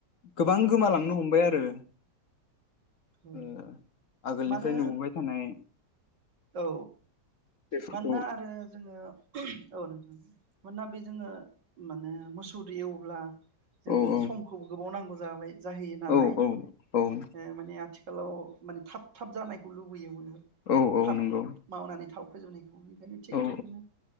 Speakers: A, on the left; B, on the right.
A: गोबां गोमालांनो हमबाय आरो
B: औ
A: ओ आगोलनिफ्राय
B: माने
A: नुबोबाय थानाय
B: ओ औ
A: बेफोरखौ
B: मानोना आरो जोङो औ नोंथां मानोना बे जोङो माने मोसौदो एवब्ला जोंनो
A: औ औ
B: समखौबो गोबाव नांगौ जाबाय जाहैयो नालाय
A: औ औ औ
B: ओ माने आथिखालाव माने थाब थाब जानायखौ लुबैयो बयबो
A: औ औ
B: थाब
A: नंगौ
B: मावनानै थाव फोजोबनाय बेखायनो ट्रेक्टरखौनो
A: औ